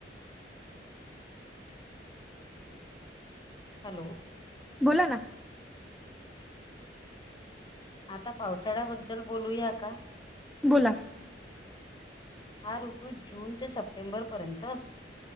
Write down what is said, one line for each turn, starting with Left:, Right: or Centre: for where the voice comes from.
Left: हॅलो
Centre: बोला ना
Left: आता पावसाळ्याबद्दल बोलूया का
Centre: बोला
Left: हा ऋतू जून ते सप्टेंबरपर्यंत असतो